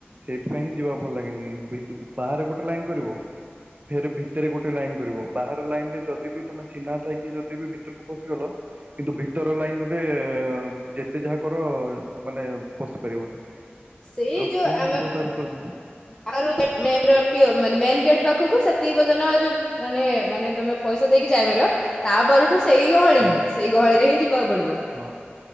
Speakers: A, on the right (about 40°); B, on the left (about 20°).
A: ସେଇଥିପାଇଁ ହିଁ ଯିବା ଭଲ ଲାଗେନି ଭିତରକୁ ବାହାରେ ଗୋଟେ ଲାଇନ କରିବ। ଫେର ଭିତରେ ଗୋଟେ ଲାଇନ କରିବ ବାହାର ଲାଇନ ରେ ଯଦି ବି ତମେ ଚିହ୍ନା ଥାଇ କି ଯଦି ବି ଭିତରକୁ ପଶିଗଲ କିନ୍ତୁ ଭିତର ଲାଇନରେ ଯେତେ ଯାହା କର ମାନେ ପଶି ପାରିବନି।
B: ସେଇ
A: ଆଉ
B: ଯୋଉ
A: କଣ
B: ଆମେ
A: ଯିବ ତା ଭିତରକୁ।
B: <inaudible> ମେନ୍ ଗେଟ୍ ପାଖକୁ ସେତିକି ପର୍ଯ୍ୟନ୍ତ ଯଉ ମାନେ ମାନେ ତମେ ପଇସା ଦେଇକି ଯାଇପାରିବ ତାପରଠୁ ସେଇ ଗହଳି
A: ହଁ।
B: ହିଁ ସେଇ ଗହଳିରେ ହିଁ ଯିବାକୁ ପଡିବ
A: ହଁ